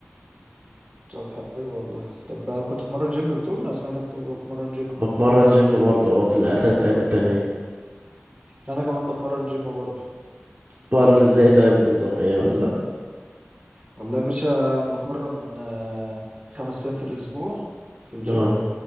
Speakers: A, on the right; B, on the right.
A: طب حلو والله طب كنت بتمرن جيم بتقول انا سمعتك بتقول بتمرن جيم
B: بتمرن جيم برضه اه في التلات ايام التانيين
A: انا كمان بتمرن جيم برضه
B: بتمرن ازاي طيب بنظام ايه ولا
A: والله يا باشا انا بتمرن آه، خمس ايام في الاسبوع في الجيم
B: اه